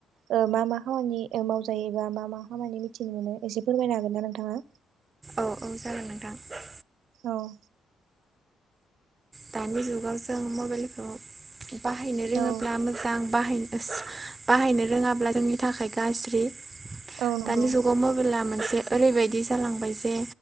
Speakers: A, on the right; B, on the right.
A: ओ मा मा खामानि ओ मावजायोबा मा मा खामानि मिथिनो मोनो एसे फोरमायनो हागोनना नोंथाङा
B: औ औ जागोन नोंथां
A: औ
B: दानि जुगाव जों मबेलखौ बाहायनो रोङोब्ला
A: औ
B: मोजां बाहायनो ओस बाहायनो रोङाब्ला जोंनि थाखाय गाज्रि
A: औ नंगौ
B: दानि जुगाव मबेला मोनसे ओरैबायदि जालांबाय जे